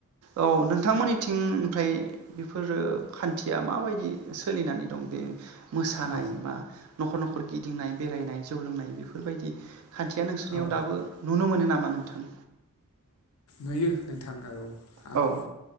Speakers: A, on the right; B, on the left.
A: औ नोंथांमोननिथिं ओमफ्राय बेफोरो खान्थिया माबायदि सोलिनानै दं बे मोसानाय
B: औ
A: बा न'खर न'खर गिदिंनाय बेरायनाय जौ लोंनाय बेफोरबायदि खान्थिया नोंसोरनियाव
B: ओ
A: दाबो नुनो मोनो नामा नोंथां
B: नुयो नोंथां औ आं
A: औ